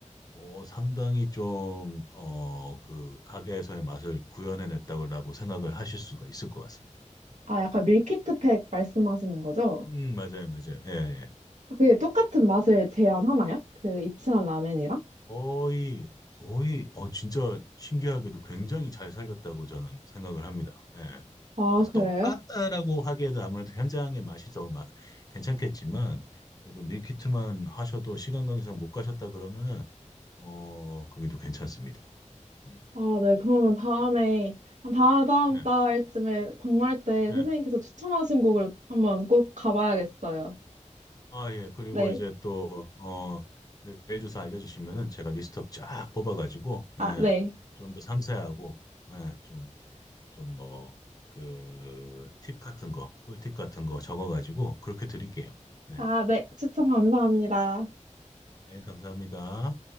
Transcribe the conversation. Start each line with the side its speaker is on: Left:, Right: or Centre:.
Left: 어, 상당히 좀, 어, 그 가게에서의 맛을 구현해냈다고 생각을 하실 수가 있을 것 같습니다.
Right: 아, 약간 밀키트팩 말씀하시는 거죠?
Left: 음, 맞아요, 맞아요. 예, 예.
Right: 아, 그게 똑같은 맛을 제한하나요? 그 이치아 라멘이랑?
Left: 거의, 거의, 어, 진짜 신기하게도 굉장히 잘 살렸다고 저는 생각을 합니다. 예.
Right: 아,
Left: 그래서
Right: 그래요?
Left: 똑같다라고 하기에도 아무래도 현장의 맛이 더 마, 괜찮겠지만, 그래도 밀키트만 하셔도 시간 관계상 못 가셨다 그러면은, 어, 그게 또 괜찮습니다. 음,
Right: 아, 네. 그러면 다음에, 한 다다음
Left: 예,
Right: 달쯤에 방문할 때
Left: 예.
Right: 선생님께서 추천하신 곡을 한번 꼭 가봐야겠어요.
Left: 아, 예. 그리고
Right: 네.
Left: 이제 또, 어, 메일 주소 알려주시면은 제가 리스트업 쫙 뽑아가지고,
Right: 아,
Left: 예.
Right: 네.
Left: 좀 더 상세하고, 예. 좀, 좀 뭐, 그, 팁 같은 거, 꿀팁 같은 거 적어가지고, 그렇게 드릴게요. 네.
Right: 아, 네. 추천 감사합니다.
Left: 네. 감사합니다.